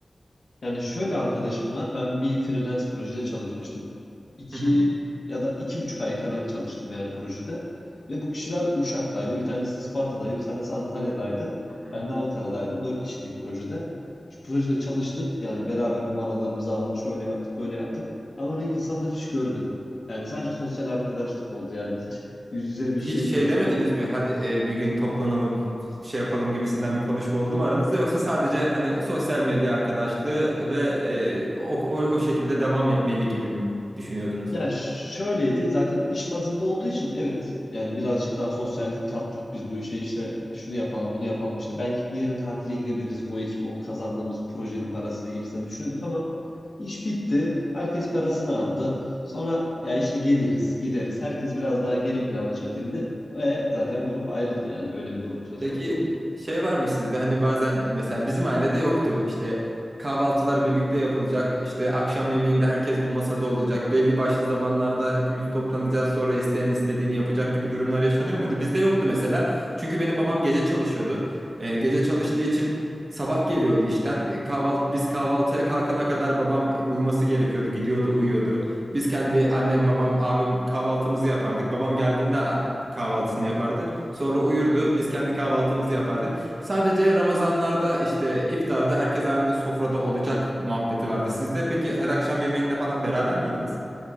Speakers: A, on the left; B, on the right.
A: Yani şöyle arkadaşım var. Ben bir freelance projede çalışmıştım. İki
B: Hı hı.
A: ya da iki buçuk ay falan çalıştım yani projede. Ve bu kişiler Uşak'taydı. Bir tanesi Isparta'daydı. Bir tanesi Antalya'daydı.
B: Hı hı.
A: Ben de Ankara'daydım. Dört kişilik projede. Şu projede çalıştık. Yani beraber numaralarımızı aldık. Şöyle yaptık, böyle yaptık. Ama onu insanları hiç görmedim. Yani sadece sosyal arkadaşlık oldu. Yani hiç yüz yüze bir şey
B: Hiç şey
A: görüşme
B: demediniz mi? Hadi e, bir gün toplanalım, şey yapalım gibisinden bir konuşma oldu mu aranızda? Yoksa sadece hani sosyal medya arkadaşlığı ve e, o, o, o şekilde devam etmeli gibi mi düşünüyordunuz?
A: Ya şöyleydi zaten iş bazında olduğu için evet yani birazcık daha sosyallik kattık biz bu işe işte şunu yapalım bunu yapalım işte belki bir yere tatile gidebiliriz bu ekip o kazandığımız projenin parasıyla gibisinden düşünüyorduk ama iş bitti herkes parasını aldı sonra ya işte geliriz gideriz herkes biraz daha geri plana çekildi ve zaten grup ayrıldı yani öyle bir durum söz
B: Peki
A: konusu oldu.
B: şey var mı sizde hani bazen e, mesela bizim ailede yoktu işte kahvaltılar birlikte yapılacak işte akşam yemeğinde herkes bu masada olacak belli başlı zamanlarda hepimiz toplanacağız sonra isteyen istediğini yapacak gibi durumlar yaşanıyor muydu? Bizde yoktu mesela çünkü benim babam gece çalışıyordu Ee, gece çalıştığı için Sabah geliyordu işten. E, Kahvaltı, biz kahvaltıya kalkana kadar babam uyuması gerekiyordu. Gidiyordu, uyuyordu. Biz kendi annem, babam, abim kahvaltımızı yapardık. Babam geldiğinde a- kahvaltısını yapardı. Sonra uyurdu. Biz kendi kahvaltımızı yapardık. Sadece Ramazanlarda işte iftarda herkes aynı sofrada olacak muhabbeti vardı. Sizde peki her akşam yemeğinde falan beraber miydiniz?